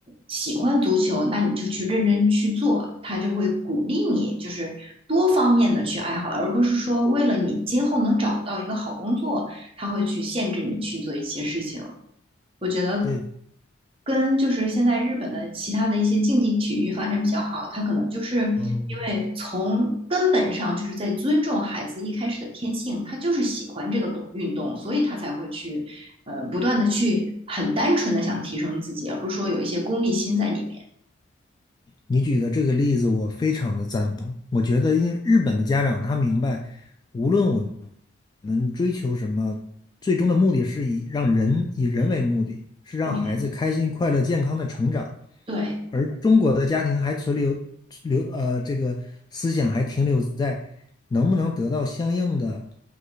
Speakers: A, on the right; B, on the left.
A: 喜欢足球，那你就去认真去做，他就会鼓励你，就是多方面的去爱好，而不是说为了你今后能找到一个好工作，他会去限制你去做一些事情。我觉
B: 对，
A: 跟就是现在日本的其他的一些竞技体育发展比较好，他可能就是因为从根本上就是在尊重孩子一开始的天性，
B: 嗯。
A: 他就是喜欢这个动运动，所以他才会去呃不断的去很单纯的想提升自己，而不是说有一些功利心在里面。
B: 你举的这个例子，我非常的赞同。我觉得，因日本的家长他明白，无论我们追求什么，最终的目的是以让人以人为目的，是让孩子开心、
A: 嗯
B: 快乐、健康的成长。
A: 对，
B: 而中国的家庭还存留留呃，这个思想还停留在能不能得到相应的